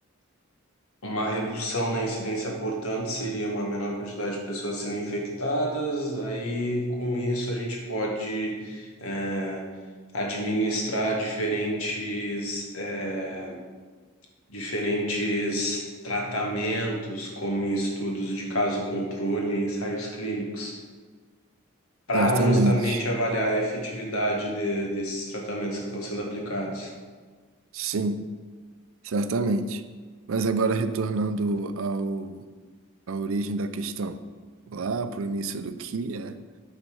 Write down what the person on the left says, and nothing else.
Uma redução na incidência, portanto, seria uma menor quantidade de pessoas sendo infectadas, aí com isso a gente pode é, administrar diferentes, é, diferentes tratamentos, como em estudos de caso controle e ensaios clínicos. para
justamente avaliar a efetividade de- desses tratamentos que estão sendo aplicados.